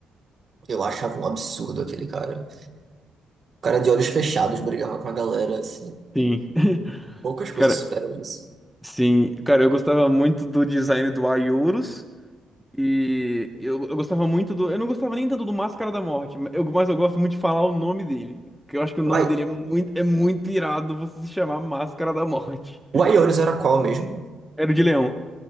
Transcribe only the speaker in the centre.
Sim.
Cara,
Sim, cara, eu gostava muito do design do Aiorus. E eu, eu gostava muito do. Eu não gostava nem tanto do Máscara da Morte, mas eu, mas eu gosto muito de falar o nome dele. Que eu acho que o nome
dele é muito, é muito irado você se chamar Máscara da Morte.
Era o de leão.